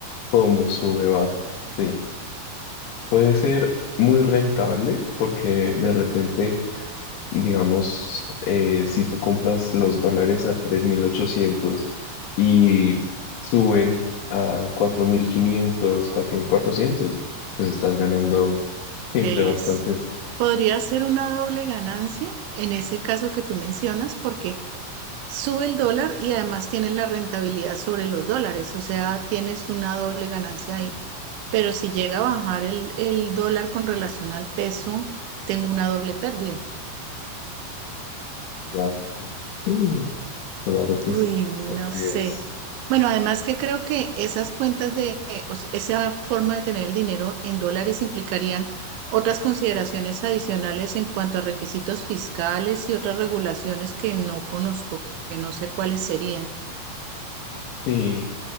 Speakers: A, on the left (about 85°); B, on the right (about 90°).
A: cómo sube, baja. Sí, puede ser muy rentable porque de repente digamos, eh, si tú compras los dólares a 3.800 y suben a cuatro cuatro mil quinientos cuatro mil cuatrocientos pues estás ganando siempre
B: que
A: bastantes.
B: es, podría ser una doble ganancia en ese caso que tú mencionas, porque sube el dólar y además tienes la rentabilidad sobre los dólares, o sea, tienes una doble ganancia ahí. Pero si llega a bajar el, el dólar con relación al peso, tengo una doble pérdida.
A: dólares Mm, claro que
B: Uy,
A: sí.
B: no
A: Así
B: sé.
A: es.
B: Bueno, además que creo que esas cuentas de, eh, o sea, esa forma de tener el dinero en dólares implicarían otras consideraciones adicionales en cuanto a requisitos fiscales y otras regulaciones que no conozco, que, que no sé cuáles serían.
A: Sí,